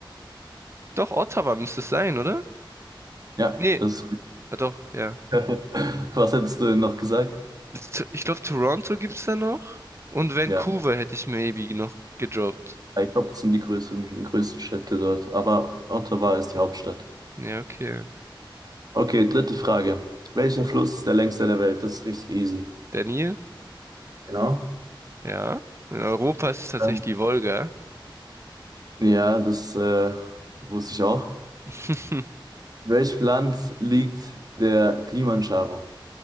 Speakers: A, on the right (about 30°); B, on the right (about 50°).
A: Doch, Ottawa müsste es sein, oder?
B: Ja,
A: Nee,
B: das.
A: ah, doch, ja.
B: <laughs> Was hättest du denn noch gesagt?
A: T- Ich glaube, Toronto gibt's da noch. Und Vancouver
B: Ja,
A: hätte ich maybe noch gedroppt.
B: ich glaube, das sind die größeren, größten Städte dort. Aber Ottawa ist die Hauptstadt.
A: Ja, okay.
B: Okay, dritte Frage. Welcher Fluss ist der längste der Welt? Das ist richtig easy.
A: Daniel?
B: Genau.
A: Ja. In Europa ist es tatsächlich
B: Ähm,
A: die Wolga.
B: Ja, das äh, wusste ich auch.
A: <laughs>
B: In welchem Land liegt der Kilimanjaro?